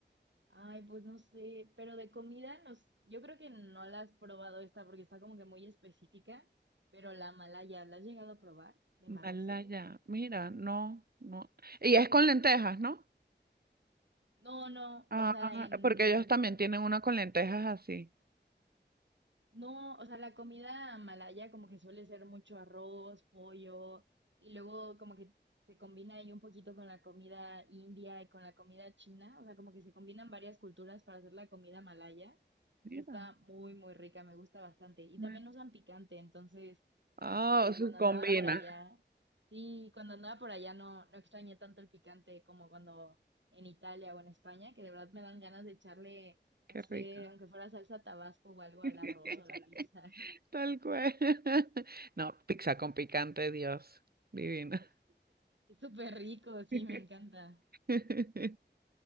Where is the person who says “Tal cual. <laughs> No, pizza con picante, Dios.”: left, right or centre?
Right